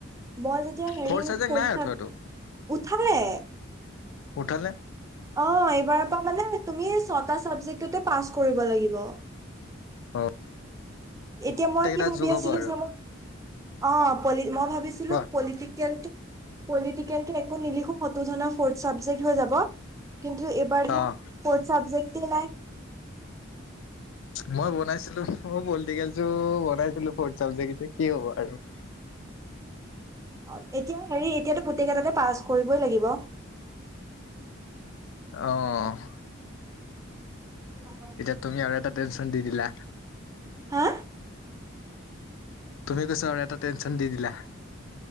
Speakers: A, on the right (about 15°); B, on the left (about 70°).
A: মই যেতিয়া হেৰি
B: ফৰ্থ চাবজেক্ট
A: ফ্ৰোট
B: নাই উঠোৱাটো
A: উঠালে
B: উঠালে
A: অহ, এইবাৰৰ পৰা মানে তুমি ছটা চাবজেক্ট তে পাছ কৰিব লাগিব।
B: অ'
A: এতিয়া
B: গোটেইকেইটা
A: মই কি ভাবি
B: যোগ হ'ব
A: আছিলো
B: আৰু
A: যে মোক অহ, পলি মই ভাবিছিলো
B: কোৱা
A: পলিটিকেল পলিটিকেলটো একো নিলিখো। সৌতো জনৰফৰ্থ চাবজেক্ট হৈ যাব কিন্তু এইবাৰ ফৰ্থ
B: অ'
A: চাবজেক্ট নাই।
B: মই বনাইছিলো মই পলিটিকেতো বনাইছিলো ফৰ্থ চাবজেক্ট কি হ'ব আৰু।
A: অহ, এতিয়া হেৰি এতিয়াতো গোটেইকেইটা তাতে পাছ কৰিবই লাগিব।
B: অহ',
A: নহব।
B: এতিয়া তুমি আৰু এটা টেনচন দি দিলা।
A: হা?
B: তুমি কৈছা আৰু এটা টেনচন দি দিলা।